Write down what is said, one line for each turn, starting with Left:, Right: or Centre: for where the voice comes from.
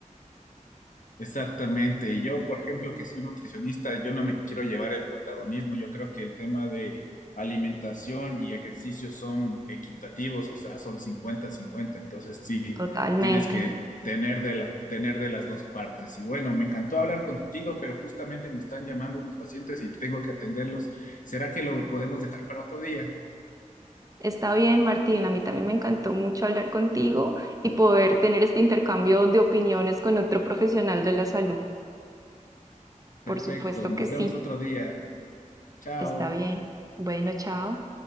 Left: Exactamente. Y Yo, por ejemplo, que soy nutricionista, yo no me quiero llevar el protagonismo. Yo creo que el tema de alimentación y ejercicio son equitativos, o sea, son cincuenta-cincuenta. Entonces, sí,
Right: totalmente.
Left: tienes que tener de la- tener de las dos partes. Y bueno, me encantó hablar contigo, pero justamente me están llamando unos pacientes y tengo que atenderlos. ¿Será que lo podemos dejar para otro día?
Right: Está bien, Martín, a mí también me encantó mucho hablar contigo y poder tener este intercambio de opiniones con otro profesional de la salud. Por
Left: Perfecto.
Right: supuesto
Left: Nos
Right: que sí,
Left: vemos otro día. Chao.
Right: está bien. Bueno, chao.